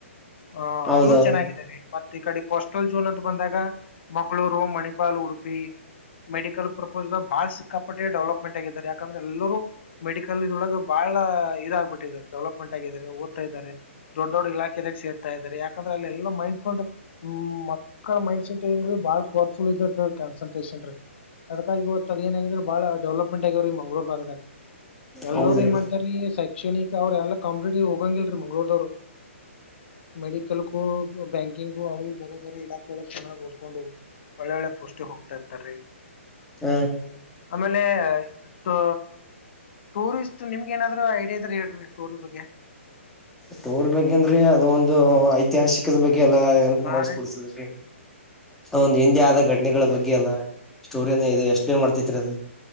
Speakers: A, on the left; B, in the centre.
A: ಹ
B: ಹೌದೌದು
A: ಅದನ್ನು ಚೆನ್ನಾಗಿದ್ದಾರೆ ಮತ್ತೆ ಈ ಕಡೆ. ಕಷ್ಟ. <unintelligible> ಜೂನ್ ಅಂತ ಬಂದಾಗ ಮಂಗಳೂರು ಮಣಿಪಾಲ್ ಉಡುಪಿ. ಮೆಡಿಕಲ್ ಪ್ರರ್ಪೋಸ್ಾಗ ಬಾಳ ಸಿಕ್ಕಾಪಟ್ಟೆ ಡೆವಲಪ್ಮೆಂಟ್ ಆಗಿದ್ದಾರೆ ಯಾಕಂದ್ರೆ ಎಲ್ಲರೂ ಮೆಡಿಕಲ್ ಇದೊಳಗ ಬಾಳ ಇದಾಗಗ್ಬಿಟ್ಟಿದ್ದಾರೆ ಡೆವಲಪ್ಮೆಂಟ್ ಆಗಿದ್ದಾರೆ ಓದತ ಇದಾರೆ ದೊಡ್ಡ ದೊಡ್ಡ ಇಲಾಖೆದಾಗ ಸೇರ್ತಾ ಇದಾರೆ ಯಾಕಂದ್ರೆ ಅಲ್ಲ ಎಲ್ಲ ಮೈಂಡ್ ಸೆಟ್ ಮಕ್ಕಳ ಮೈಂಡ್ೆಟ್ ಬಹಳ್ ಪವರ್ಫುಲ್ ಇದ ಇರ್ತ ಕನ್. ಸಂತೋಷನ್ರಿ ಅದಕ್ಕಾಗಿ ಇವತ್ತು ಅದ ಏನಗಿದ್ರ ಬಹಳ ಡೆವಲಪ್ಮೆಂಟ್ ಆಗ್ಯಾವ್ರ ಈ ಮಂಗಂಗಳೂರುಾಗ. ಎಲ್ಲೋ
B: ಹೌದ್ರಿ
A: ಏನ್ ಮಾಡ್ತಾರ ಶೈಕ್ಷಣಿಕ ಅವ್ರ ಎಲ್ಲಾ ಕಾಂಪಿಟೇಟಿವ್. ಹೋಗಂಗಲ್ರರಿ ಮಂಗ್ಳೂರ್ವರು ಮೆಡಿಕಲ್ಗು ಬ್ಯಾಂಕಿಂಗು ಅವ ಬೇರೆ ಬೇರೆ ಇಲಾಖೆ ಚೆನ್ನ್ ಓದ್ಕೊಂಡು ಒಳ್ಳೆ ಒಳ್ಳೆ ಪೋಸ್ಟ ಹೋಗ. ತ್ತತಾರೆ.
B: ಹ
A: ಆಮೇಲೆ ಟೂ ಟೂರಿಸ್ಟ್ ನಿಮ್ಗೆ ಏನಾದ್ರೂ ಐಡಿಯಾ ಇದ್ರ ಹೇಳ್ರಿ ಟೂರ್ ಬಗ್ಗೆ.
B: ಟೂರ್ ಬಗ್ಗೆ ಅಂದ್ರೆ ಅದು ಒಂದು ಐತಿಹಾಸಿಕದ ಬಗ್ ಗೆಲ್ಲಾ ನೆನಪು
A: ಹಾ
B: ಮಾಡ್ಸಕ
A: ರೀ
B: ಕೊಡ್ತದ್ರಿ ಒಂದು ಹಿಂದೆ ಆದ ಘಟನೆಗಳ ಬಗ್ಗೆ ಎಲ ಸ್ಟೋರಿನ ಇದೆ ಎಸ್ಪ್ಲೇನ್ ಮಾಡ್ತೈತ್ರಿ ಅದು.